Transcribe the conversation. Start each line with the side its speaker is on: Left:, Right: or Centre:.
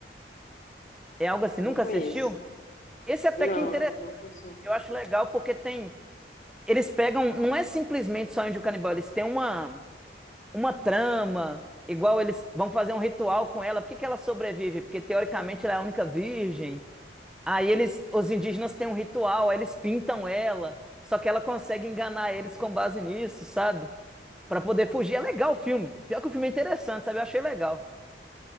Centre: É algo assim.
Left: eu
Centre: Nunca
Left: Não conheço.
Centre: assistiu? Esse até
Left: Não,
Centre: que é interessante.
Left: não conheço não.
Centre: Eu acho legal porque tem eles pegam, não é simplesmente só índio canibal, eles têm uma uma trama, igual eles vão fazer um ritual com ela. Por que que ela sobrevive? Porque teoricamente ela é a única virgem. Aí eles, os indígenas têm um ritual, aí eles pintam ela, só que ela consegue enganar eles com base nisso, sabe? Pra poder fugir. É legal o filme. Pior que o filme é interessante, sabe? Eu achei legal.